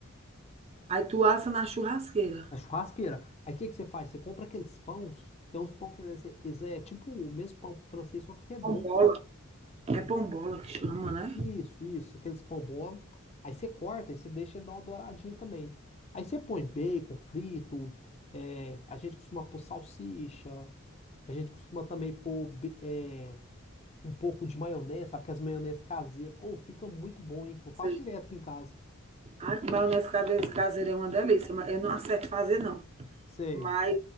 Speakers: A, on the right; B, on the left.
A: Aí tu assa na churrasqueira.
B: Na churrasqueira. Aí o que que você faz? Você compra aqueles pães. Tem uns pão que eles, é, eles é tipo o mesmo pão francês, só que redondo,
A: Pombola.
B: sabe?
A: É pombola que chama, né?
B: Isso, isso. Aqueles pão bola. Aí você corta e você deixa ele dar uma douradinha também. Aí você põe bacon frito. é, a gente costuma pôr salsicha. A gente costuma também pôr be- é, um pouco de maionese, sabe? Que as maionese caseiras. Ou fica muito bom, hein? Eu faço
A: Sei.
B: direto aqui em casa.
A: A maionese caseira caseira é uma delícia, mas eu não acerto fazer, não.
B: Sei.
A: Mas